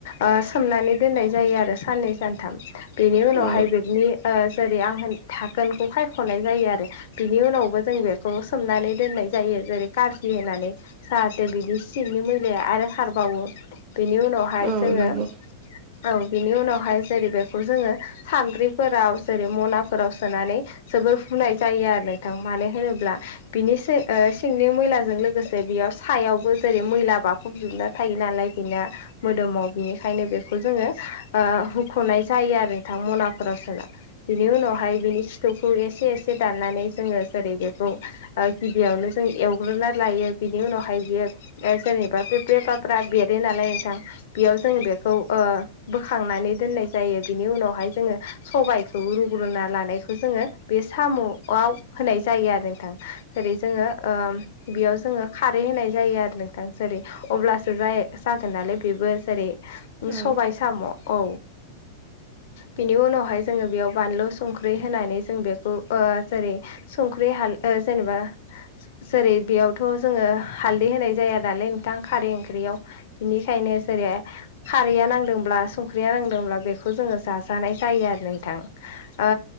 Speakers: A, on the left; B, on the right.
A: ओ सोमनानै दोननाय जायो आरो साननै सानथाम बेनि उनावहाय
B: औ
A: बेगनि ओ जेरै आं थाखोनखौ सायख'नाय जायो आरो बिनि उनावबो जों बेखौ सोमनानै दोननाय जायो जेरै कारजि होनानै जाहाथे बिदि सिंनि मैलाया आरो खारबावो बेनि उनावहाय
B: औ
A: जोङो
B: नंगौ
A: औ बिनि उनावहाय जेरै बेखौ जोङो सान्द्रिफोराव जेरै मना फोराव सोनानै जोबोर फुनाय जायो आरो नोंथां मानो होनोब्ला बिनि ओ सिंनि मैलाजों लोगोसे बेयाव सायावबो जेरै मैला बा फब जोबना थायो नालाय बेना मोदोमाव बिनिखायनो बेखौ जोङो ओ हुख'नाय जायो आरो नोंथां मनाफोराव सोना। बिनि उनावहाय बिनि सिथुखौ एसे एसे दाननानै जोङो जेरै बेखौ ओ गिबियावनो जों एवग्रोना लायो बिनि उनावहाय बियो सोरेननिबा बे बेबाफ्रा बेरो नालाय नोंथां बेयाव जों बेखौ ओ बोखांनानै दोननाय जायो बिनि उनावहाय जोङो सबायाइखौ रुग्रोना लानायखौ जोङो बे साम'आव होनाय जायो आरो नोंथां जेरै जोङो ओ बेयाव जोङो खारै होनाय जायो आरो नोंथां जेरै अब्ला सो जाय जागोन नालाय बेबो जेरै
B: औ
A: सबाय साम' औ बिनि उनावहाय जोङो बेयाव बानलु सं संख्रि होनानै जों बेखौ ओ जेरै संख्रि हाल ओ जेनेबा जेरै बेयावथ' जोङो हालदै होनाय जाया नालाय नोंथां खारै ओंख्रियाव बिनि खायनो सारिया खारैया नांदोंब्ला संख्रिया नांदोंब्ला बेखौ जोङो जाजानाय जायो आरो नोंथां। ओ